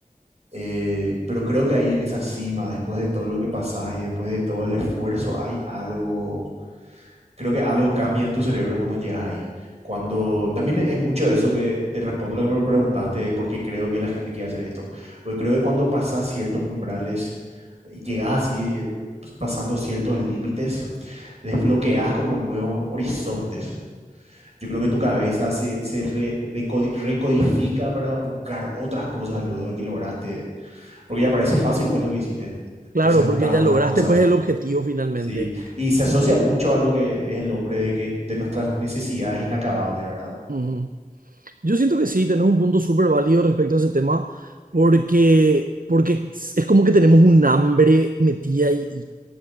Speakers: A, on the right; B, on the right.
A: Eh, pero creo que ahí en esa cima, después de todo lo que pasás y después de todo el esfuerzo, hay algo creo que algo cambia en tu cerebro cuando llegas ahí. Cuando también es mucho eso que te respondo lo que me preguntaste de por qué creo que la gente quiere hacer esto. Porque creo que cuando pasas ciertos umbrales y llegas así, pues, pasando ciertos límites, desbloqueas como nuevos horizontes. Yo creo que tu cabeza se, se re- decodi- recodifica para buscar otras cosas luego de que lograste. Porque ya parece fácil, pues lo que hiciste. Entonces
B: Claro,
A: buscas
B: porque ya
A: otras
B: lograste
A: cosas.
B: pues el objetivo finalmente.
A: Sí, y se asocia mucho a lo que es el hombre de que de nuestras necesidades inacabables, ¿verdad?
B: Ujú. Yo siento que sí, tenés un punto súper válido respecto a ese tema, porque, porque es como que tenemos un hambre metida y,